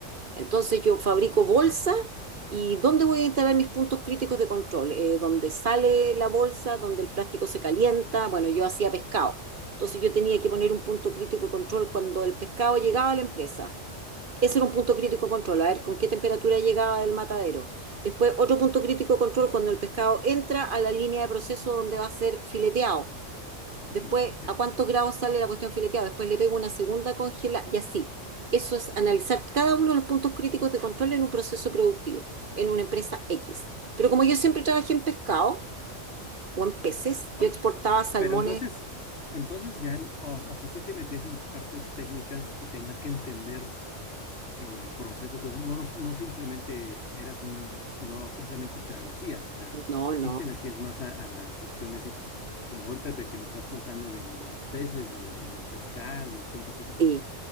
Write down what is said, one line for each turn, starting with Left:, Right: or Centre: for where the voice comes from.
Right: Entonces yo fabrico bolsa y ¿dónde voy a instalar mis puntos críticos de control? Eh, donde sale la bolsa, donde el plástico se calienta. Bueno, yo hacía pescado. Entonces yo tenía que poner un punto crítico de control cuando el pescado llegaba a la empresa. Ese era un punto crítico de control, a ver con qué temperatura llegaba del matadero. Después, otro punto crítico de control cuando el pescado entra a la línea de proceso donde va a ser fileteado.
Left: Ujú,
Right: Después,
Left: ok.
Right: a cuántos grados sale la cuestión fileteada. Después le pego una segunda congela y así. Eso es analizar cada uno de los puntos críticos de control en un proceso productivo, en una empresa X. Pero como yo siempre trabajé en pescado o en peces,
Left: O-
Right: yo exportaba salmones.
Left: pero entonces, entonces ya, en- o, o sea, si te metías en partes técnicas y tenías que entender el proceso, todo eso, no, nos- no, simplemente eras un, no simplemente traducías, o sea,
Right: No,
Left: sí
Right: no.
Left: te metías más a, a la cuestión de decir, como ahorita de que me estás contando del- de, los peces, del, del pescar, del punto crítico,
Right: Sí.